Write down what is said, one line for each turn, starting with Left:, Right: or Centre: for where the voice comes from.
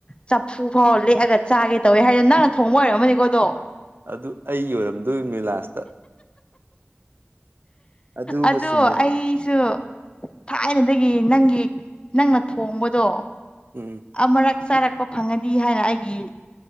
Left: ꯆꯐꯨ ꯐꯥꯎ ꯂꯦꯛꯑꯒ ꯆꯥꯒꯦ ꯇꯧꯋꯦ ꯍꯥꯏꯗꯣ ꯅꯪꯅ ꯊꯣꯡꯕ ꯑꯣꯏꯔꯝꯃꯅꯤꯀꯣ ꯑꯗꯣ
Right: ꯑꯗꯨ ꯑꯩ ꯑꯣꯏꯔꯝꯗꯣꯏꯅꯤ ꯂꯥꯁꯇ ꯑꯗꯨꯃ
Left: ꯑꯗꯨ
Right: ꯆꯨꯝꯃꯦ
Left: ꯑꯩꯁꯨ ꯊꯥꯏꯅꯗꯒꯤ ꯅꯪꯒꯤ ꯅꯪꯅ ꯊꯣꯡꯕꯗꯣ
Right: ꯎꯝ
Left: ꯑꯃꯨꯔꯛ ꯆꯥꯔꯛꯄ ꯐꯪꯉꯗꯤ ꯍꯥꯏꯅ ꯑꯩꯒꯤ